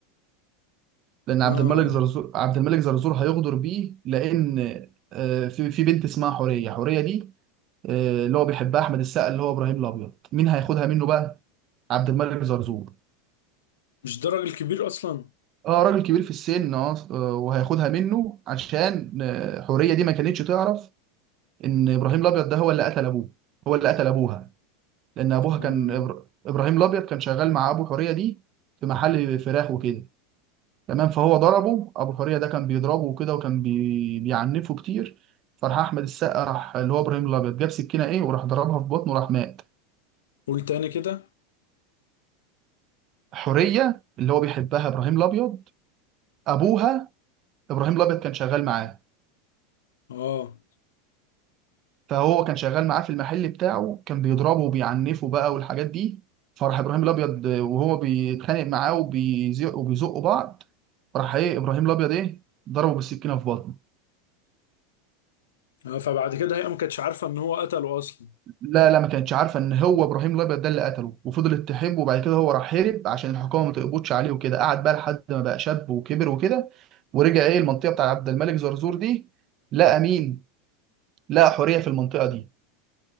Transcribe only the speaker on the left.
اه
مش ده راجل كبير اصلا
اه
قول تاني كده
اه
آه، فبعد كده هي ما كانتش عارفه ان هو قتله اصلا